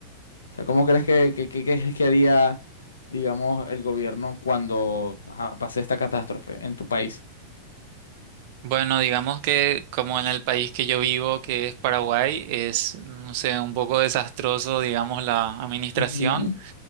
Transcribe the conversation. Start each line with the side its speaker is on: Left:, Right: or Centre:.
Left: O sea, ¿cómo crees que, que, que- que- que haría, digamos, el gobierno cuando ajá, pase esta catástrofe en tu país?
Right: Bueno, digamos que como en el país que yo vivo, que es Paraguay, es, no sé, un poco desastroso, digamos, la administración.
Left: Ujú.